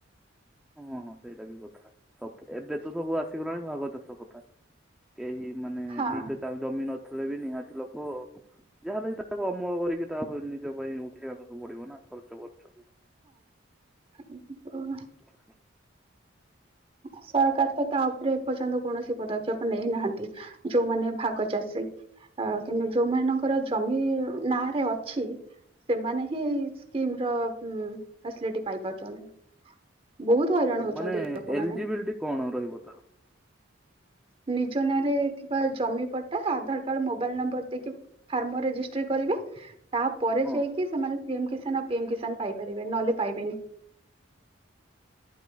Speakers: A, in the centre; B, on the right (about 25°).
A: ହଁ ହଁ ସେଇଟା ବି କଥା ସବୁ, ଏବେ ତ ସବୁ ଆସିଗଲାଣି ଭାଗ ଚାଷ କଥା। କେହି ମାନେ
B: ହଁ
A: ନିଜ ଜମି ନଥିଲେ ବି ନିହାତି ଲୋକ ଯାହାଲୋକ ତା ଅମଳ କରିକି ତାପରେ ନିଜ ପାଇଁ ଉଠେଇବାକୁ ସବୁ ପଡିବ ନା ଖର୍ଚ୍ଚ କରୁଚ।
B: ହଁ
A: <unintelligible>
B: ସରକାର ତ ତା ଉପରେ ଏପର୍ଯ୍ୟନ୍ତ କୌଣସି ପଦକ୍ଷେପ ନେଇନାହାନ୍ତି। ଯୋଉମାନେ ଭାଗ ଚାଷୀ। ଆ କିନ୍ତୁ ଯୋଉମାନଙ୍କର ଜମି ନାଁରେ ଅଛି ସେମାନେ ହିଁ ଏଇ ସ୍କିମ ର ଉ ଫାସିଲିଟି ପାଇ ପାରୁଛନ୍ତି। ବହୁତ ହଇରାଣ ହଉଛନ୍ତି।
A: ମାନେ
B: ଲୋକମାନେ।
A: ଏଲିଜିବିଲିଟି କଣ ରହିବ ତାର
B: ନିଜ ନାଁରେ ଥିବା ଜମି ପଟା ଆଧାର କାର୍ଡ ମୋବାଇଲ ନମ୍ବର ଦେଇକି ଫାର୍ମ ରେଜିଷ୍ଟ୍ରି କରିବେ। ତାପରେ
A: ହଁ
B: ଯାଇକି ସେମାନେ ସିଏମ୍ କିଷାନ ଆଉ ପି ଏମ୍ କିଷାନ ପାଇପାରିବେ, ନହେଲେ ପାଇବେନି।